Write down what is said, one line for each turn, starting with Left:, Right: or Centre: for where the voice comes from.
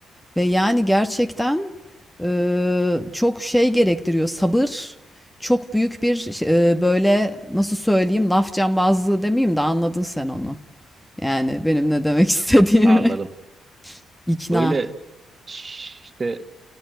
Centre: Ve yani gerçekten e, çok şey gerektiriyor sabır çok büyük bir şey- e, böyle nasıl söyleyeyim laf cambazlığı demeyeyim de anladın sen onu. Yani benim ne demek istediğimi.
Right: Anladım.
Centre: <laughs> İkna.
Right: Öyle ş- işte